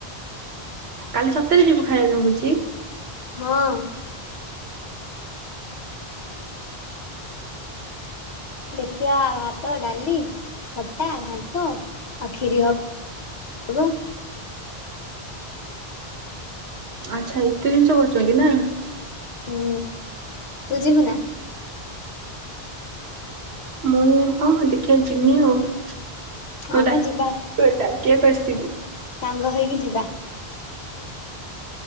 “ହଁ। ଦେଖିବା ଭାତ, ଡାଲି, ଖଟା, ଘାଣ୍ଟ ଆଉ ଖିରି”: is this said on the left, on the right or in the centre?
Left